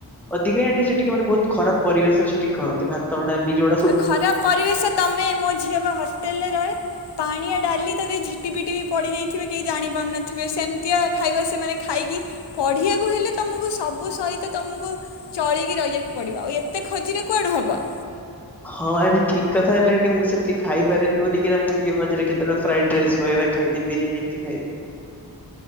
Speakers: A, in the centre; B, on the left.
A: ଅଧିକା ଏଠି ସେଠି କେବଳ ମାନେ ବହୁତ ଖରାପ ପରିବେଶରେ ସେଠି କରନ୍ତି। ଭା ତ, ଡାଲି ଯୋ --
B: ଖରାପ ପରିବେଶ ତମେ ମୋ ଝିଅ ବା ହଷ୍ଟେଲରେ ରହେ। ପାଣିଆ ଡାଲି ତା ଦିହରେ ଝିଟି ପିଟି ବି ପଡି ଯାଇଥିବେ। କେହି ଜାଣିପାରୁନଥିବେ ସେମିତିଆ ଖାଇବା ସେମାନେ ଖାଇକି -- ପଢିଆକୁ ହେଲେ ତମକୁ ସବୁ ସହିତ ତମକୁ -- ଚଳିକି ରହିଆକୁ ପଡିବ। ଆଉ ଏତେ ଖୋଜିଲେ କୁଆଡୁ ହବ।
A: ହଁ ଅଣ୍ଟି ଠିକ କଥା ହେଲେ ଅଣ୍ଟି ମୁଁ ସେମିତି ଖାଇପାରେନି ବୋଲି କାହିକି ନା ମୁଁ ଟିକେ ମଝରେ କେତେବେଳେ ଫ୍ରାଇଡ୍ ପ୍ରେସ ଫଇର ଖାଇ ଦିଏ ବିରିୟାନୀ ଏମିତି ଖାଇଦି --